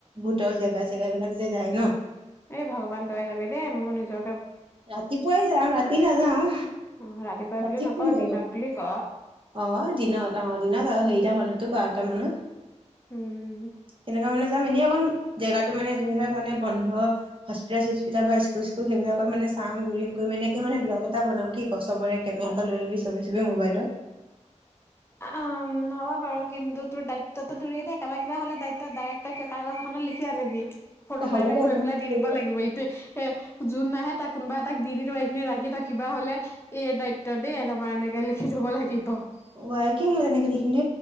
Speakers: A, on the right; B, on the left.
A: ভোতৰ জেগা চেগা এই বিলাক যে যায় ন।
B: এই ভগৱান তই যাবি দেই, মোৰ নিজক
A: ৰাতিপুৱাই যাম ৰাতি নাযাওঁ,
B: অ ৰাতিপুৱা
A: ৰাতি
B: বুলি নকওঁ
A: কোন যাব,
B: দিনত বুলি ক
A: অ' দিনত অ' দিনত আৰু হেৰিতা মানত তোৰ বাৰতা মানত।
B: উম
A: তেনেকুৱা মানে যাম, এনেই অকণ জেগাতো মানে যোনবিলাক মানে বন্ধ, হস্পিতাল-চস্পিটা বা স্কুল-স্কুল সেইবিলাক। মানে চাম গুৰিম এনেকে মানে ব্লগ এটা‌ বনাম, কি কওঁ? চবৰে কেমেৰা এটা লৈ লবি <unintelligible> মবাইল
B: উম হ'ব বাৰু কিন্তু তোৰ দায়িত্বটো তোৰেই দেই, কাবাৰ কিবা হ'লে, দায়িত্ব ডাইৰেক্ট কাগজ এখনত লিখি আনিবি ফটো মাৰি,
A: হ'ব
B: মাৰি
A: দে
B: থৈ
A: মই
B: পেলাই দি
A: কৰি
B: দিব লাগিব ইটো এ যোন নাহে তাক কোনোবা এটাক দি দিব লাগে এইখিনি ৰাখি ত কিবা হলে এই দায়িত্ব দেই তোমাৰ এনেকে লখ <unintelligible>
A: ৱাই কিয় মই তেনেকে দেখোন দে